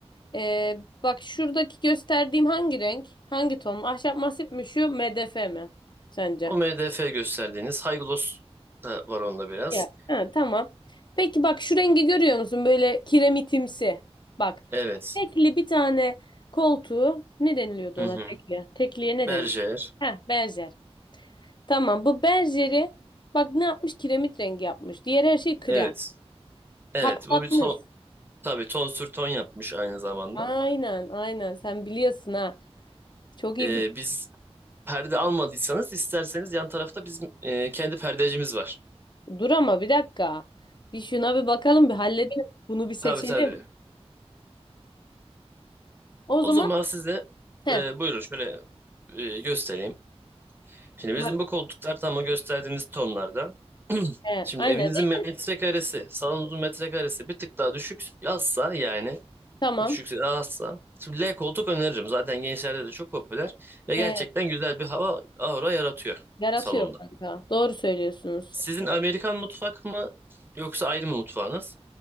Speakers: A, on the left; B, on the right.
A: Ee, bak şuradaki gösterdiğim hangi renk? Hangi ton? Ahşap masif mi şu MDF mi sence?
B: O MDF gösterdiğiniz high gloss da var onda biraz.
A: Ya. Ha, tamam. Peki bak şu rengi görüyor musun? Böyle kiremitimsi. Bak
B: Evet.
A: tekli bir tane koltuğu ne deniliyordu
B: Hı
A: ona
B: hı.
A: tekli? Tekliye ne
B: Berger.
A: deniliyor? Heh, benzer. Tamam bu berjeri bak ne yapmış kiremit rengi yapmış. Diğer her şey krem.
B: Evet. Evet
A: Patlatmış.
B: bu bir son, Tabii ton sür ton yapmış aynı zamanda.
A: Aynen aynen sen biliyorsun ha. Çok iyi
B: Ee,
A: biliyorsun.
B: biz perde almadıysanız isterseniz yan tarafta bizim e, kendi perdecimiz var.
A: Dur ama bir dakika. Bir şuna bir bakalım bir halledelim. Bunu bir seçelim.
B: Tabii tabii.
A: O
B: O
A: zaman
B: zaman size
A: he
B: e, buyurun şöyle e, göstereyim. Şimdi bizim
A: bak
B: bu koltuklar tam o gösterdiğiniz tonlarda. <clears throat>
A: he
B: Şimdi
A: aynen
B: evinizin
A: renk
B: metrekaresi, salonunuzun metrekaresi bir tık daha düşük yazsa yani
A: tamam.
B: düşükse azsa. Şimdi L koltuk öneririm. Zaten gençlerde de çok popüler ve gerçekten
A: He,
B: güzel bir hava aura yaratıyor
A: yaratıyor
B: salonda.
A: kanka. Doğru söylüyorsunuz.
B: Sizin Amerikan mutfak mı yoksa ayrı mı mutfağınız?